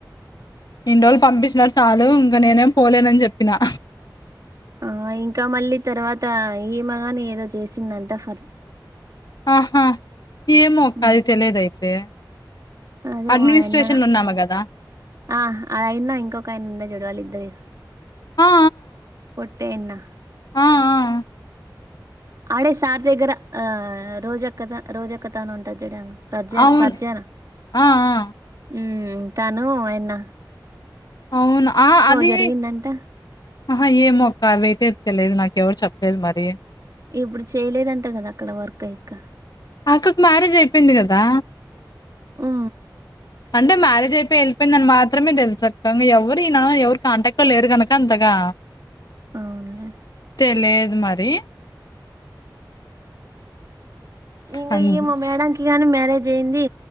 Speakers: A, on the left; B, on the right.
A: ఇన్ని రోజులు పంపించినారు చాలు ఇంక నేనేం పోలేనని చెప్పినా
B: ఆ ఇంకా మళ్ళీ తర్వాత ఇమేగాని ఏదో చేసిందంట ఫర్
A: ఆహా ఏమో అక్క
B: ఉమ్.
A: అది తెలియదయితే
B: అదే
A: అడ్మినిస్ట్రేషనల్
B: ఆయన్న
A: లో ఉన్నామే కదా
B: ఆ అ అయినా ఇంకొక ఆయనా ఉన్నచూడు వాళ్ళు ఇద్దరు
A: ఆ
B: పొట్టాయన్న
A: ఆ ఆ
B: ఆడే సార్ దగ్గర ఆ రోజొక్క రోజొక్క తాన ఉంటుంది చూడు ఆమె పర్జన
A: అవును
B: పర్జజన
A: ఆ ఆ
B: ఉమ్ తను అయన్న
A: అవునా ఆ అది
B: జరిగిందంట
A: ఆహా ఏమో అక్క అవయితే తెలియదు నాకు ఎవరు చెప్పలేదు మరి
B: ఇప్పుడు చేయలేదంట కదా అక్కడ వర్క్ ఆ అక్క
A: అక్కకి మ్యారేజ్ అయిపోయింది కదా
B: ఉ ఉ
A: అంటె మ్యారేజ్ అయి వెళ్లిపోయిందని అని మాత్రమే తెలుసక్క ఇంగ ఎవరీన ఎవరు కాంటాక్ట్ లో లేరు గనుక అంతగా
B: అవునులే
A: తెలీయదు మరి
B: ఇంగ
A: అవును
B: ఈ మా మేడంకి గాని మ్యారేజ్ అయ్యింది